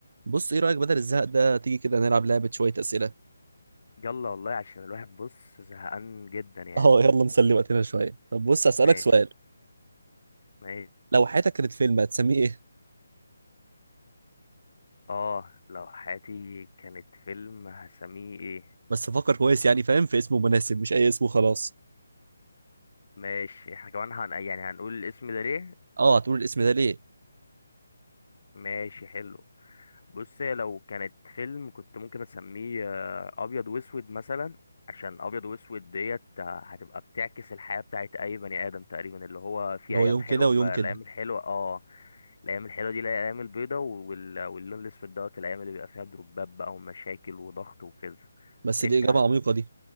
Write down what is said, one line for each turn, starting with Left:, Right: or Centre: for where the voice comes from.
Right: بص ايه رأيك بدل الزهق ده تيجي كده نلعب لعبة شوية أسئلة
Left: يلا والله عشان الواحد بص زهقان جدا يعني
Right: اه يلا نسلي وقتنا شوية طب بص هسألك
Left: ماشي
Right: سؤال
Left: ماشي
Right: لو حياتك كانت فيلم هتسميه ايه
Left: اه لو حياتي كانت فيلم هسميه ايه
Right: بس فكر كويس يعني فاهم في اسمه مناسب مش أي اسم وخلاص
Left: ماشي احنا كمان هن... يعني هنقول الاسم ده ليه
Right: اه هتقول الاسم ده ليه
Left: ماشي حلو بص هي لو كانت فيلم كنت ممكن اسميه آه، ابيض واسود مثلا عشان ابيض واسود ديت آه، هتبقى بتعكس الحياة بتاعت اي بني ادم تقريبا اللي هو في
Right: اللي
Left: ايام
Right: هو يوم
Left: حلوة
Right: كده
Left: فالايام
Right: ويوم كده
Left: الحلوة اه الايام الحلوه دي الايام البيضه وال... واللون الاسود دوت الايام اللي بيبقى فيها دروبات بقى ومشاكل وضغط وكده
Right: بس
Left: انت
Right: دي إجابة
Left: هت-
Right: عميقة دي